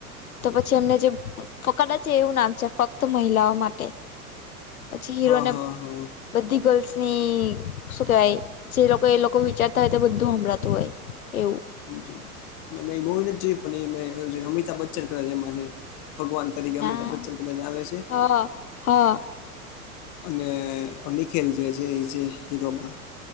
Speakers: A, on the left; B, on the left.
A: તો પછી એમને જે કડાચ છે એવું નામ છે ફક્ત મહિલાઓ માટે. પછી હીરોને
B: હા હા હા
A: બધી ગર્લ્સની શું કેહેવાય? જે લોકો એ લોકો વિચારતા હોય તો બધું હંભળાતું હોય એવું.
B: હા જોયું મેં મુવી નથ જોયું પણ એ મે હીરો જોયો અમિતાભ બચ્ચન કદાચ એમાં છે. ભગવાન
A: એવું
B: તરીકે
A: ના
B: અમિતાભ બચ્ચન પેલા જ આવે છે.
A: હા હા
B: અને <unintelligible> એ જે છે એ જે હીરોમાં